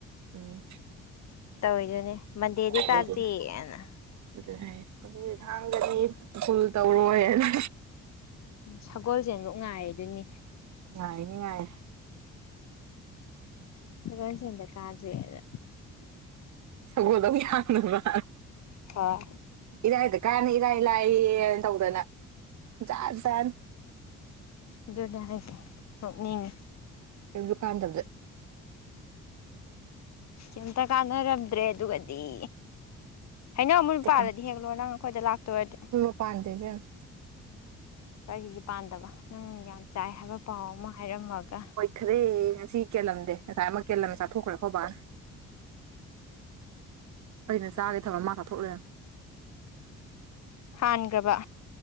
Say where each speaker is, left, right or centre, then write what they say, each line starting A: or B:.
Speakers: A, on the right; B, on the left.
A: ꯎꯝ
B: ꯇꯧꯋꯤꯗꯨꯅꯦ ꯃꯟꯗꯦꯗꯩ
A: ꯑꯗꯨꯗꯨꯅ
B: ꯀꯥꯥꯖꯦꯑꯅ
A: ꯑꯗꯨꯅꯦ ꯍꯥꯏꯖꯦ ꯑꯗꯨꯗꯤ ꯊꯥꯡꯖꯗꯤ ꯁ꯭ꯀꯨꯜ ꯇꯧꯔꯣꯏꯅ
B: ꯎꯝ ꯁꯒꯣꯜꯁꯦꯜ ꯐꯥꯎ ꯉꯥꯏꯗꯨꯏꯅꯤ
A: ꯉꯥꯏꯅꯤ ꯉꯥꯏꯅꯤ
B: ꯁꯒꯣꯜꯁꯦꯜꯗ ꯀꯥꯁꯦꯅ
A: ꯁꯒꯣꯜꯗ ꯑꯃꯨꯛ ꯌꯥꯟꯅꯕꯅ
B: ꯍꯣꯏ
A: ꯏꯔꯥꯏꯗ ꯀꯥꯅꯤ ꯏꯔꯥꯏ ꯂꯥꯏꯌꯦꯅ ꯇꯧꯗꯅ ꯖꯥꯠ ꯖꯥꯠ
B: ꯑꯗꯨꯅꯦ ꯍꯥꯏꯁꯦ ꯅꫭꯛꯅꯤꯡꯑꯦ
A: ꯀꯩꯝꯁꯨ ꯀꯥꯟꯗꯥꯕꯗ
B: ꯀꯩꯇ ꯀꯥꯟꯅꯔꯝꯗ꯭ꯔꯦ ꯑꯗꯨꯒꯗꯤ ꯍꯩꯅꯧ
A: ꯀꯩꯝꯇ
B: ꯑꯃꯨꯟꯕ ꯄꯥꯜꯂꯗꯤ ꯍꯦꯛꯂꯥꯛꯑꫭ ꯅꯪ ꯑꯩꯈꯣꯏꯗ ꯂꯥꯛꯇꯣꯏ ꯑꫭꯏꯔꯗꯤ
A: ꯄꯥꯟꯗꯦ ꯏꯕꯦꯝꯃꯥ
B: ꯀꯔꯤꯒꯤ ꯄꯥꯟꯗꯕ ꯅꯪ ꯌꯥꯝ ꯆꯥꯏ ꯍꯥꯏꯕ ꯄꯥꯎ ꯑꯃ ꯍꯥꯏꯔꯝꯃꯒ
A: ꯈꯔꯦ ꯉꯁꯤ ꯀꯦꯜꯂꯝꯗꯦ ꯉꯁꯥꯏ ꯑꯃ ꯀꯦꯜꯂꯝꯃꯦ ꯆꯥꯊꯣꯛꯈ꯭ꯔꯦ ꯑꯩꯈꯣꯏ ꯕꯥꯅ ꯑꯩꯅ ꯆꯥꯒ ꯊꯥꯝꯃ ꯃꯥ ꯆꯥꯊꫭꯛ ꯂꯩꯔꯝ
B: ꯍꯟꯈ꯭ꯔꯕ